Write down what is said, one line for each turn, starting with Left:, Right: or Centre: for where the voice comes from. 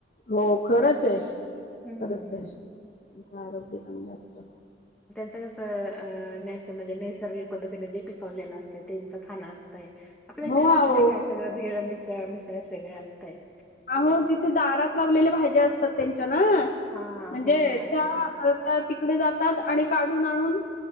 Left: हो खरंच आहे
Centre: हम्म
Left: खरच आहे त्यांचा आरोग्य चांगलं असत.
Centre: नच म्हणजे नैसर्गिक पद्धतीने जे पिकवलेलं असत. त्यांच खाना असतय आपल्या
Left: हो
Centre: शहरामध्ये
Left: आहो
Centre: काय सगळं भेळ मिसळ मिसळ सगळ असतय.
Left: अहो तिथे दारात लावलेल्या भाज्या असतात त्यांच्या म्हणजे
Centre: हा हो ना
Left: त्या
Centre: ते
Left: त्या तिकडे जातात आणि काढून आणून